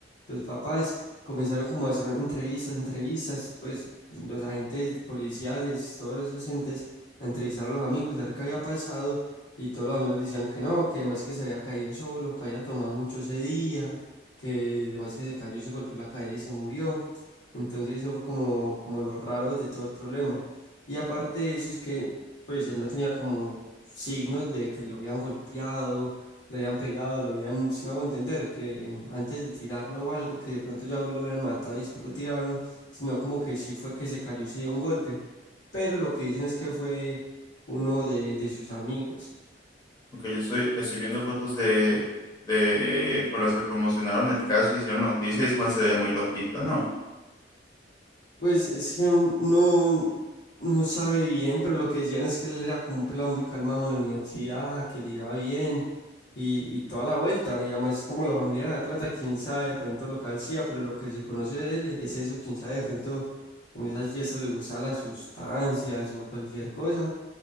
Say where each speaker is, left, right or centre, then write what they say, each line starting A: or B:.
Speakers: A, on the left; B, on the left.
A: Los papás comenzaron como a hacer entrevistas, entrevistas, pues los agentes policiales, todos esos entes, a entrevistar a los amigos, a ver qué había pasado. Y todos los amigos decían que no, que además que se había caído solo, que había tomado mucho ese día, que además que se cayó y se golpeó la cabeza y se murió. Entonces eso fue como, como lo raro de todo el problema. Y aparte de eso es que, pues, él no tenía como signos de que lo habían golpeado, lo habían pegado, lo habían, si me hago entender, que antes de tirarlo o algo, que de pronto ya lo hubieran matado y después lo tiraron, sino como que sí fue que se cayó y se dio un golpe. Pero lo que dicen es que fue uno de, de sus amigos.
B: Aunque yo estoy, estoy viendo fotos de, de con las que promocionaron el caso, hicieron noticias y se me se veía muy loquito, ¿no?
A: Pues es que uno no sabe bien, pero lo que decían es que él era como un pelado muy calmado en la universidad, que le iba bien y, y toda la vuelta. Y además, como la familia era de plata, quién sabe de pronto lo que hacía, pero lo que se conoce de él es eso, quién sabe de pronto en esas fiestas le gustaban las sustancias o cualquier cosa,